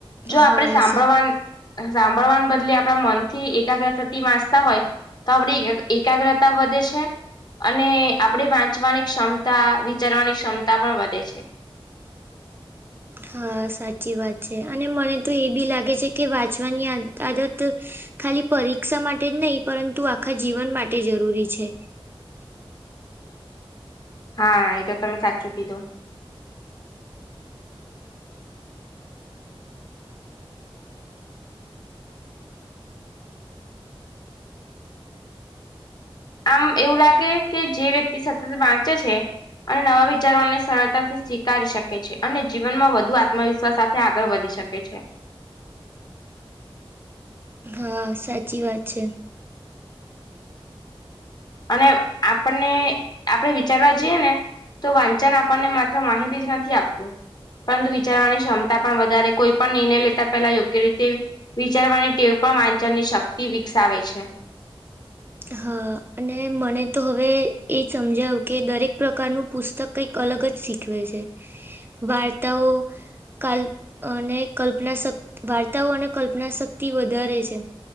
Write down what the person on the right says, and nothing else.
હા
સા
હા સાચી વાત છે અને મને તો એ બી લાગે છે કે વાંચવાની આદત ખાલી પરીક્ષા માટે જ નહીં પરંતુ આખા જીવન માટે જરૂરી છે.
હા સાચી વાત છે.
હા અને મને તો હવે એ સમજાયું કે દરેક પ્રકારનું પુસ્તક કઈક અલગ જ શીખવે છે. વાર્તાઓ કાલ્ અને કલ્પના શક્ વાર્તાઓ અને કલ્પના શક્તિ વધારે છે.